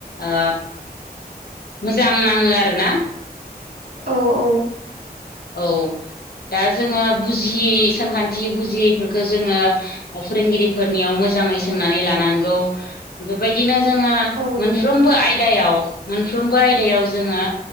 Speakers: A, on the left (about 70°); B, on the right (about 70°).
A: ओ मोजां नाङो आरोना।
B: औ औ।
A: औ दा जोङो बुजियै सानखान्थि बुजियैफोरखौ जोङो फोरोंगिरिफोरनियाव मोजाङै सोंनानै लानांगौ। बेबायदिनो जोङो
B: औ
A: मोनफ्रोमबो
B: नंगौ
A: आयदायाव मोनफ्रोमबो आयदायाव जोङो